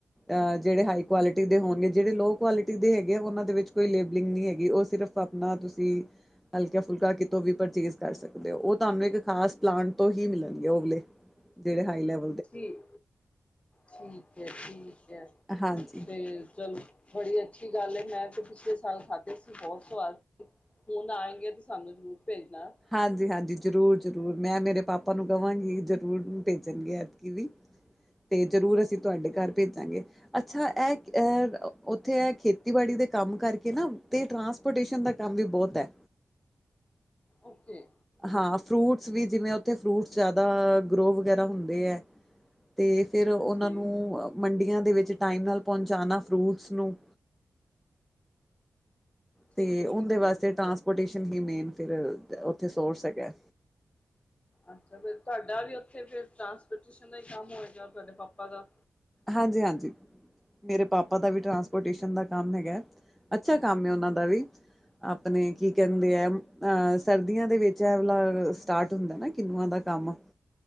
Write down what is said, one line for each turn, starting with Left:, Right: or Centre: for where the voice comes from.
Centre: ਅ ਜਿਹੜੇ ਹਾਈ ਕੁਆਲਿਟੀ ਦੇ ਹੋਣਗੇ ਜਿਹੜੇ ਲੋ ਕੁਆਲਿਟੀ ਦੇ ਹੈਗੇ ਆ ਉਹਨਾਂ ਦੇ ਵਿੱਚ ਕੋਈ ਲੇਬਲਿੰਗ ਨ ਹੈਗੀ ਉਹ ਸਿਰ ਸਿਰਫ ਆਪਣਾ ਤੁਸੀਂ ਹਲਕਾ ਫੁਲਕਾ ਕਿਤੋਂ ਵੀ ਪਰਚੇਜ਼ ਕਰ ਸਕਦੇ ਹੋ ਉਹ ਤੁਹਾਨੂੰ ਇੱਕ ਖਾਸ ਪਲਾਂਟ ਤੋਂ ਹੀ ਮਿਲਣਗੇ ਓਲੇ। ਜਿਹੜੇ ਹਾਈ ਲੈਵਲ
Left: ਠੀਕ, ਠੀਕ ਹੈ ਠੀਕ ਹੈ।
Centre: ਹਾਂਜੀ
Left: ਤੇ ਚੱਲ ਬੜੀ ਅੱਛੀ ਗੱਲ ਹੈ ਮੈਂ ਤੇ ਪਿਛਲੇ ਸਾਲ ਖਾਧੇ ਸੀ ਬਹੁਤ ਸਵਾਦ ਸੀ ਹੁਣ ਆਏਂਗੇ ਤੇ ਸਾਨੂੰ ਜ਼ਰੂਰ ਭੇਜਣਾ
Centre: ਹਾਂਜੀ, ਹਾਂਜੀ ਜ਼ਰੂਰ, ਜ਼ਰੂਰ ਮੈਂ ਮੇਰੇ ਪਾਪਾ ਨੂੰ ਕਹਾਂਗੀ ਜ਼ਰੂਰ ਭੇਜਣਗੇ ਐਤਕੀ ਵੀ ਤੇ ਜ਼ਰੂਰ ਅਸੀਂ
Left: ਠੀਕ
Centre: ਤੁਹਾਡੇ
Left: ਹੈ
Centre: ਘਰ ਭੇਜਾਂਗੇ ਅੱਛਾ ਇਹ ਉੱਥੇ ਇਹ ਖੇਤੀਬਾੜੀ ਦੇ ਕੰਮ ਕਰਕੇ ਨਾ ਤੇ ਟ੍ਰਾਂਸਪੋਰਟੇਸ਼ਨ ਦਾ ਕੰਮ ਵੀ ਬਹੁਤ ਹੈ।
Left: ਓਕੇ
Centre: ਹਾਂ ਫਰੂਟਸ ਵੀ ਜਿਵੇਂ ਉੱਥੇ ਫਰੂਟਸ ਜ਼ਿਆਦਾ ਗਰੋ ਵਗੈਰਾ ਹੁੰਦੇ ਹੈ। ਤੇ ਫਿਰ ਉਹਨਾਂ
Left: ਹਾਂਜੀ
Centre: ਨੂੰ ਮੰਡੀਆਂ ਦੇ ਵਿੱਚ ਟਾਈਮ ਨਾਲ ਪਹੁੰਚਾਣਾ ਫਰੂਟਸ ਨੂੰ
Left: ਠੀਕ
Centre: ਤੇ
Left: ਹੈ
Centre: ਉਹਦੇ
Left: ਠੀਕ
Centre: ਵਾਸਤੇ
Left: ਹੈ
Centre: ਟਰਾਂਸਪੋਰਟੇਸ਼ਨ ਹੀ ਮੇਨ ਫਿਰ ਉੱਥੇ ਸੋਰਸ ਹੈਗਾ
Left: ਅੱਛਾ ਫਿਰ ਤੁਹਾਡਾ ਵੀ ਉੱਥੇ ਫਿਰ ਟਰਾਂਸਪੋਰਟੇਸ਼ਨ ਦਾ ਹੀ ਕੰਮ ਹੋਏਗਾ ਤੁਹਾਡੇ ਪਾਪਾ ਦਾ
Centre: ਹਾਂਜੀ, ਹਾਂਜੀ ਮੇਰੇ ਪਾਪਾ ਦਾ ਵੀ ਟਰਾਂਸਪੋਰਟੇਸ਼ਨ ਦਾ ਕੰਮ ਹੈਗਾ ਅੱਛਾ ਕੰਮ ਹੈ ਉਹਨਾਂ ਦਾ ਵੀ ਆਪਣੇ ਕੀ ਕਹਿੰਦੇ ਆ ਅਹ ਸਰਦੀਆਂ ਦੇ ਵਿੱਚ ਐਲਾ ਸਟਾਰਟ ਹੁੰਦਾ ਨਾ ਕਿੰਨੂਆਂ ਦਾ ਕੰਮ